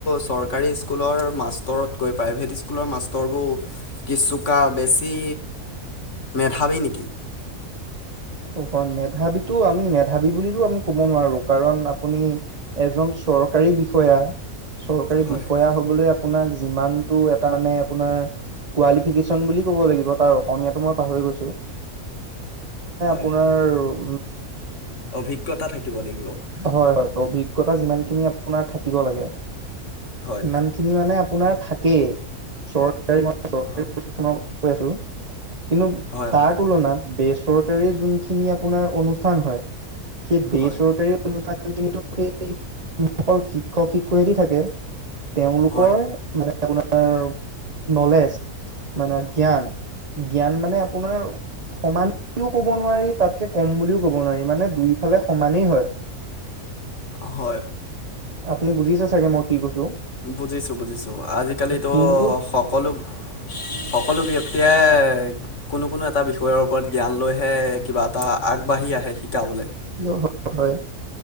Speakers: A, on the left; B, on the right.
A: চৰকাৰী স্কুলৰ মাষ্টৰতকৈ- প্ৰাইভেট স্কুলৰ মাষ্টৰবোৰ কিছুকাল বেছি মেধাৱী নেকি?
B: অ হয় মেধাবীো আমি মেধাবী ব আমি ক'ব নোৱাৰো, কাৰণ আপুনি এজন চৰকাৰী বিষয়া, চৰকাৰী
A: হয়
B: বিষয়া হবলৈ আপোনাক যিমানতটো এটা নে আপোনাৰ কোৱাইলিফিকেচন বুলি ক'ব লাগিব তাৰ অসমীয়াটো মই পাহৰি গৈছোঁ।
A: হয়
B: আপোনাৰ-
A: অভিজ্ঞতা থাকিব লাগিব
B: হয় হয় অভিজ্ঞতা যিমান খিনি আপোনাৰ থাকে। শিকিব লাগে,
A: হয়
B: ইমান খিনি মানে আপোনাৰ থাকেই, চৰকাৰি মই চৰকাৰি
A: হয়
B: অনুষ্ঠানৰ কথা কৈ আছোঁ। কিন্তু
A: হয়
B: তাৰ
A: হয়
B: তুলনাত বেচৰকাৰী যোনখিনি আপোনাৰ অনুষ্ঠান হয়। সেই বেচৰকাৰী
A: হয়
B: অনুষ্ঠান সেইসকল শিক্ষক শিক্ষয়ত্ৰী‌ থাকে। তেওঁলোকৰ
A: হয়
B: মানে- আপোনাৰ নলেজ মানে জ্ঞান। জ্ঞান মানে আপোনাৰ সমান কেওঁ ক'ব নোৱাৰি। তাকে কম বুলি ক'ব নোৱাৰি মানে দুই ফালে সমানে হয়।
A: হয়।
B: আপুনি বুজিছে চাগে, মই কি কৈছো?
A: বুজিছো বুজিছো আজিকালিতো
B: কিন্তু
A: সকলো সকলো- এতিয়া কোনো কোনো এটা বিষয়ৰ ওপৰত জ্ঞান লৈহে কিবা এটা আগবাঢ়ি আহে শিকাবলে।
B: অ হয়